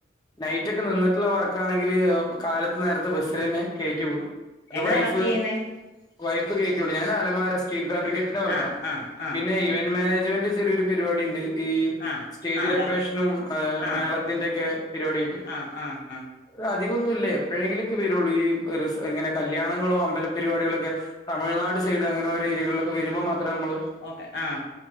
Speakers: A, on the left; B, on the left.
A: നൈറ്റ്ക്കെ നിന്നിട്ടുള്ള വർക്കാണെങ്കില് എ് കാലത്ത് നേർത്തെ ബസ്സിലന്നെ കേറ്റി വിടും അത്
B: എന്നതാ
A: വൈഫ്
B: വർക്കീയ്യുന്നേ
A: വൈഫ് കേറ്റിവിടും ഞാൻ അലമാര സ്റ്റീൽ ഫാബ്രിക്കേഷന്റെ വർക്കാ
B: ആ ആ ആ
A: പിന്നെ
B: ആ
A: ഇവന്റ് മാനേജ്മെന്റ് ചെറിയൊരു പരിപാടി ഇണ്ട്. ഈ
B: ആ
A: സ്റ്റേജ്
B: ആ
A: ഡെക്കറേഷനും
B: വർക്ക്
A: എ്
B: ആ
A: മേളത്തിൻ്റെക്കെ പരിപാട്യായിട്ട്
B: ആ ആ ആ
A: എ് അധികൊന്നു ഇല്ലേ എപ്പോഴെങ്കിലൊക്കെ വരുള്ളൂ ഈ റിസ് ഇങ്ങനെ കല്യാണങ്ങളോ അമ്പല പരിപാടിക്കളൊക്കെ തമിഴ്നാട് സൈഡ് അങ്ങനെ ഓരോ ഏരികളിലക്കെ വരുമ്പോൾ മാത്രേ നമ്മള്
B: ഓക്കെ ആഹ്